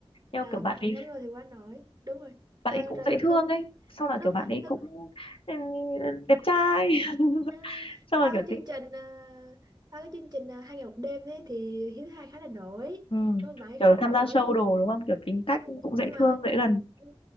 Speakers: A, on the left; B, on the right.
A: Nhưng
B: à,
A: mà kiểu bạn
B: ngáo
A: ấy
B: ngơ thì quá nổi đúng rồi
A: bạn
B: Ờ,
A: ấy cũng
B: rồi
A: dễ thương
B: tôi cũng
A: ấy, sau là
B: đúng
A: kiểu bạn
B: rồi
A: ấy
B: tôi
A: cũng ừ, đẹp trai, <laughs>
B: Ừ,
A: xong rồi
B: sau
A: kiểu
B: cái chương
A: tính
B: trình ờ, sau cái chương trình ờ, hai ngày một đêm đấy thì Hiếu Thứ Hai khá là nổi
A: ừ.
B: đúng không bảy
A: kiểu
B: khá là
A: tham
B: nổi
A: gia show đồ đúng không? Kiểu tính cách
B: ừ,
A: cũng dễ
B: nhưng mà
A: thương, dễ gần.
B: ừ,